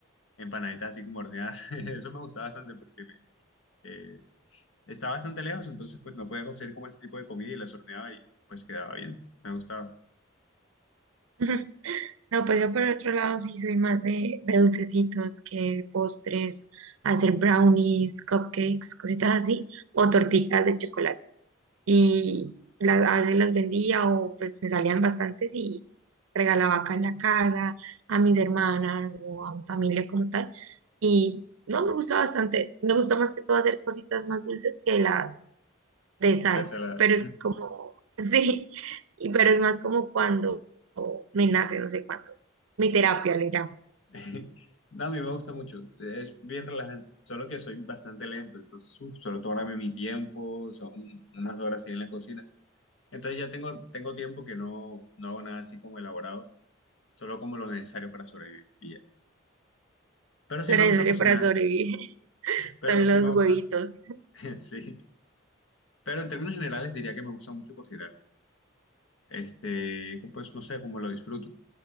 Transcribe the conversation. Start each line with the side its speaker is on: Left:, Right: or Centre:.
Left: empanaditas así como horneadas. <laughs> Eso me gustaba bastante porque me, eh, estaba bastante lejos, entonces pues no podía conseguir como ese tipo de comida y las horneaba y pues quedaba bien. Me gustaba.
Right: <laughs> No, pues yo por otro lado sí soy más de, de dulcecitos que postres, hacer brownies, cupcakes, cositas así, o tortitas de chocolate. y la- a veces las vendía o pues me salían bastantes y regalaba acá en la casa a mis hermanas o a mi familia como tal. Y no, me gusta bastante, me gusta más que todo hacer cositas más dulces que las de sal,
Left: Las saladas.
Right: pero es como, <laughs> sí, y, pero es más como cuando me nace, no sé cuándo, mi terapia le llamo,
Left: <laughs> No, a mí me gusta mucho, es bien relajante, solo que soy bastante lento, entonces uf, solo tómame mi tiempo, son unas horas ahí en la cocina. Entonces ya tengo, tengo tiempo que no, no hago nada así como elaborado, solo como lo necesario para sobrevivir y ya. Pero sí
Right: lo
Left: me
Right: necesario
Left: gusta cocinar,
Right: para sobrevivir <laughs>
Left: pero
Right: son
Left: sí
Right: los
Left: me gusta,
Right: huevitos,
Left: <laughs> sí. Pero en términos generales diría que me gusta mucho cocinar. Este, pues no sé, como lo disfruto.